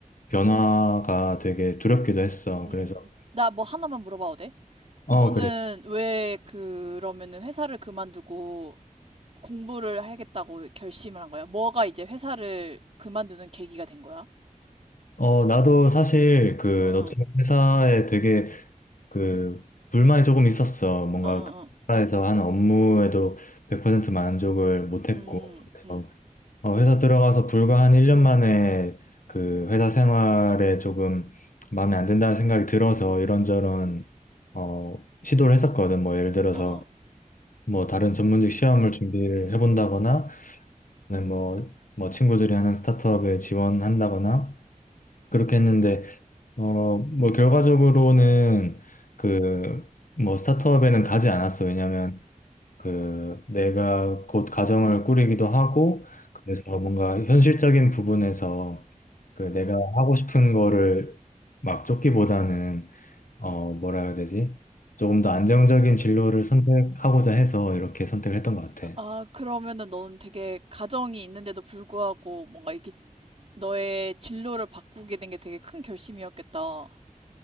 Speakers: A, on the left; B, on the right.
A: 변화가 되게 두렵기도 했어.
B: 음,
A: 그래서
B: 음. 나 뭐 하나만 물어봐도 돼?
A: 어,
B: 너는
A: 그래.
B: 왜 그러면은 회사를 그만두고 공부를 하겠다고 결심을 한 거야? 뭐가 이제 회사를 그만두는 계기가 된 거야?
A: 어, 나도 사실 그
B: 어, 어,
A: 너처럼 회사에 되게 그 불만이 조금 있었어. 뭔가
B: 어, 어,
A: 그
B: 어.
A: 회사에서 하는 업무에도 100% 만족을 못했고
B: 음,
A: 그래서
B: 음.
A: 어, 회사 들어가서 불과 한 1년 만에 그 회사 생활에 조금 마음에 안 든다는 생각이 들어서 이런저런 어, 시도를 했었거든. 뭐 예를 들어서
B: 어, 어.
A: 뭐 다른 전문직 시험을 준비를 해본다거나 아니면 뭐, 뭐 친구들이 하는 스타트업에 지원한다거나 그렇게 했는데 어, 뭐, 결과적으로는 그, 뭐, 스타트업에는 가지 않았어. 왜냐면, 그, 내가 곧 가정을 꾸리기도 하고, 그래서 뭔가 현실적인 부분에서 그 내가 음, 하고 싶은 거를 막 쫓기보다는, 어, 뭐라 해야 되지? 조금 더 안정적인 진로를 선택하고자 해서 이렇게 선택을 했던 것 같아.
B: 아, 그러면은 넌 되게 가정이 있는데도 불구하고 뭔가 이렇게 너의 진로를 바꾸게 된 게 되게 큰 결심이었겠다.